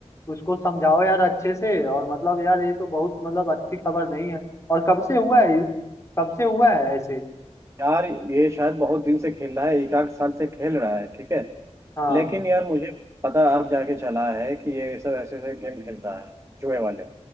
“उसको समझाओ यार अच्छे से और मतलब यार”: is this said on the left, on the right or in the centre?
Left